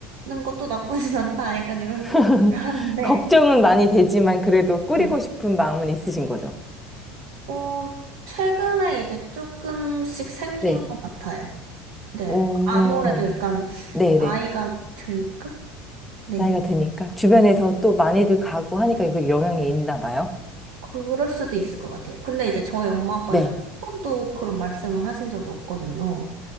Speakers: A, on the right; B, in the centre.
A: 것도 나쁘진 <laughs> 않다. 약간 이런 생각을
B: <laughs>
A: 하는데,
B: 걱정은 많이 되지만 그래도 꾸리고
A: 저,
B: 싶은 마음은 있으신 거죠?
A: 어, 최근에 이제 조금씩 생긴
B: 네,
A: 것 같아요. 네.
B: 오,
A: 아무래도 약간
B: 네,
A: 나이가
B: 네,
A: 드니까? 네.
B: 나이가 드니까. 주변에서 또 많이들 가고 하니까 그 영향이 있나 봐요.
A: 그럴 수도 있을 것 같아요. 근데 이제 저희 엄마 아빠는
B: 네.
A: 한 번도 그런 말씀을 하신 적이 없거든요.